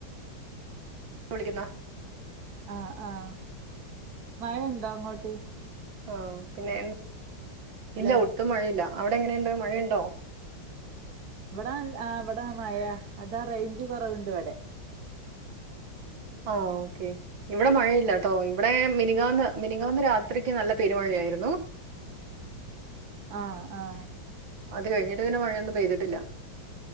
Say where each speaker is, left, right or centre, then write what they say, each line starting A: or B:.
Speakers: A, on the right (about 70°); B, on the right (about 55°).
A: വിളിക്കുന്നോ
B: ആഹ് ആഹ് മഴണ്ടോ അങ്ങോട്ട്
A: ആഹ പിന്നെ
B: ഹലോ
A: ഇല്ല ഒട്ടുംമഴയില്ല അവിടെ എങ്ങനെയുണ്ട് മഴയുണ്ടോ
B: ഇവിടാ ആ ഇവിടൊ മഴ അതാ റേഞ്ച് കുറവുണ്ട് ഇവിടെ
A: ആ ഓക്കെ ഇവിടെ മഴയില്ല കേട്ടോ ഇവിടെ മിനികാന് മിനിങ്ങാന്ത രാത്രിക്ക് നല്ല പെരുമഴയായിരുന്നു
B: ആഹ് ആഹ്
A: അത് കഴിഞ്ഞിട്ട് പിനെ മഴയൊന്നും പെയ്തിട്ടില്ല